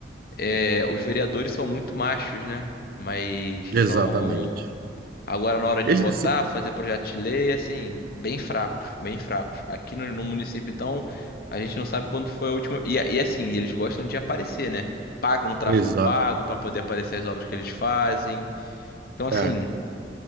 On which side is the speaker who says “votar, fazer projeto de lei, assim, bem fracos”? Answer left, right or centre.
Left